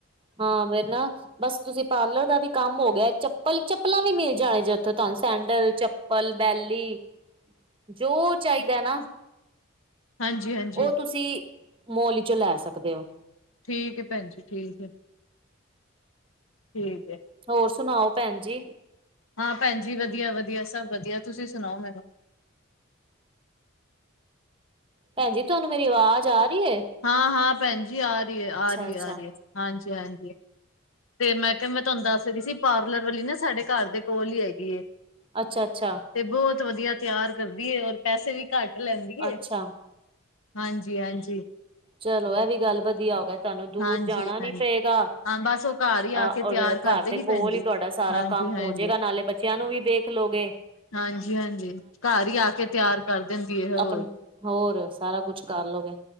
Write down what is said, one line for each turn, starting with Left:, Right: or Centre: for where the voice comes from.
Right: ਹਾਂ ਫੇਰ ਨਾ ਬਸ ਤੁਸੀਂ ਪਾਰਲਰ ਦਾ ਵੀ ਕੰਮ ਹੋ ਗਿਆ ਚੱਪਲ, ਚੱਪਲਾਂ ਵੀ ਮਿਲ ਜਾਏ ਜਦ ਤੇ ਤੁਹਾਨੂੰ ਸੈਂਡਲ, ਚੱਪਲ, ਬੈਲੀ ਜੋ ਚਾਈਦਾ ਹੈ ਨਾ,
Left: ਹਾਂਜੀ-ਹਾਂਜੀ
Right: ਉਹ ਤੁਸੀਂ ਮੋਂਲ ਇਚੋ ਲੈ ਸਕਦੇ ਓ।
Left: ਠੀਕ ਏ ਭੈਣ ਜੀ ਠੀਕ ਏ। ਠੀਕ ਏ।
Right: ਹੋਰ ਸੁਣਾਓ ਭੈਣ ਜੀ?
Left: ਹਾਂ ਭੈਣ ਜੀ ਵਧੀਆ-ਵਧੀਆ ਸਭ ਵਧੀਆ ਤੁਸੀਂ ਸੁਣਾਓ ਮੈਨੂੰ।
Right: ਭੈਣਜੀ ਤੁਹਾਨੂੰ ਮੇਰੀ ਆਵਾਜ਼ ਆ ਰੀ ਏ?
Left: ਹਾਂ-ਹਾਂ ਭੈਣ ਜੀ ਆ ਰੀ ਏ, ਆ ਰੀ
Right: ਅੱਛਾ
Left: ਏ, ਆ ਰੀ ਹਾਂਜੀ ਆ ਰੀ ਏ 'ਤੇ ਮੈਂ ਕਿਹਾ ਮੈਂ ਤੁਹਾਨੂੰ ਦੱਸ ਰੀ ਸੀ ਪਾਰਲਰ ਵਾਲੀ ਨਾ ਸਾਡੇ ਘਰ ਦੇ ਕੋਲ ਈ ਹੈਗੀ ਏ।
Right: ਅੱਛਾ-ਅੱਛਾ।
Left: 'ਤੇ ਬਹੁਤ ਵਧੀਆ ਤਿਆਰ ਕਰਦੀ ਏ ਔਰ ਪੈਸੇ ਵੀ ਘੱਟ ਲੈਂਦੀ
Right: ਅੱਛਾ
Left: ਏ। ਹਾਂਜੀ-ਹਾਂਜੀ।
Right: ਚਲੋ ਇਹ ਵੀ ਗੱਲ ਵਧੀਆ ਹੋ ਗਿਆ ਤੁਹਾਨੂੰ ਦੂਰ
Left: ਹਾਂਜੀ-ਹਾਂਜੀ
Right: ਜਾਣਾ ਨੀ ਪਏਗਾ
Left: ਹਾਂ ਬਸ ਉਹ ਘਰ ਹੀ
Right: ਆ
Left: ਕੇ ਤਿਆਰ
Right: ਔਰ
Left: ਕਰ
Right: ਘਰ
Left: ਦੇਗੀ
Right: ਦੇ ਕੋਲ
Left: ਭੈਣ ਜੀ।
Right: ਈ ਤੁਹਾਡਾ ਸਾਰਾ
Left: ਹਾਂਜੀ-ਹਾਂਜੀ,
Right: ਕੰਮ ਹੋਜੇਗਾ ਨਾਲੇ ਬੱਚਿਆਂ ਨੂੰ ਵੀ ਦੇਖ ਲਉਗੇ।
Left: ਹਾਂਜੀ-ਹਾਂਜੀ ਘਰ ਈ ਆ ਕੇ ਤਿਆਰ ਕਰ ਦਿੰਦੀ ਏ ਹੋਰ।
Right: ਆਪਨ ਹੋਰ ਸਾਰਾ ਕੁਛ ਕਰ ਲਉਗੇ।